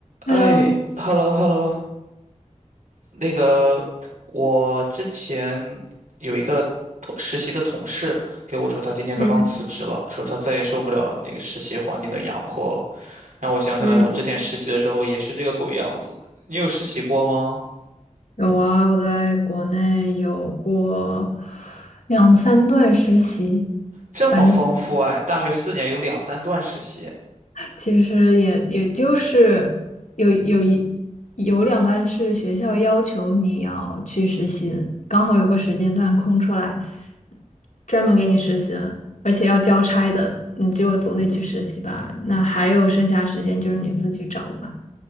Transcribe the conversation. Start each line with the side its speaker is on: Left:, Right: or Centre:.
Right: 哎，hello
Left: Hello，
Right: hello，那个我之前有一个同实习的同事给我说，他今天刚刚辞职了，
Left: 嗯
Right: 说他再也受不了那个实习环境的压迫了，让我想起来我之前实习的时候也是这个鬼样子。
Left: 嗯，
Right: 你有实习过吗？
Left: 有啊，我在国内有过两三段实习，
Right: 这么丰富哎，
Left: 反正
Right: 大学四年有两三段实习
Left: 其实也也就是有有一有两段是学校要求你要去实习，刚好有个时间段空出来，专门给你实习的，而且要交差的，你就总得去实习吧。那还有剩下时间就是你自己找嘛，